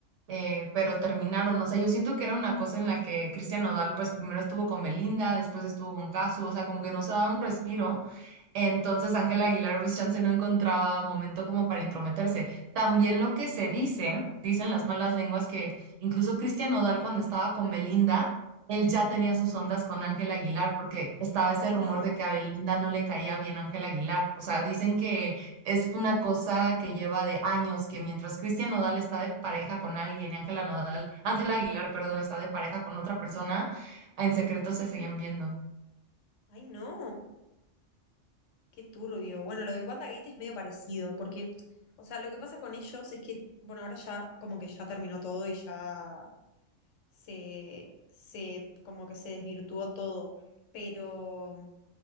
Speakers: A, on the right; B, on the left.
A: eh, pero terminaron. O sea, yo siento que era una cosa en la que Cristian Nodal, pues primero estuvo con Belinda, después estuvo con Cazzu, o sea, como que no se daba un respiro. Entonces Ángela Aguilar pues chance no encontraba momento como para intrometerse. También lo que se dice, dicen las malas lenguas que incluso Cristian Nodal cuando estaba con Belinda, él ya tenía sus ondas con Ángela Aguilar porque estaba ese
B: ay
A: rumor
B: no,
A: de que a Belinda no le caía bien Ángela Aguilar. O sea, dicen que es una cosa que lleva de años, que mientras Cristian Nodal está de pareja con alguien y Ángela Nodal, Ángela Aguilar, perdón, está de pareja con otra persona, en secreto se siguen viendo.
B: ay no. Qué turbio. Bueno, lo del WandaGate es medio parecido, porque, o sea, lo que pasa con ellos es que, bueno, ahora ya como que ya terminó todo y ya se, se, como que se desvirtuó todo, pero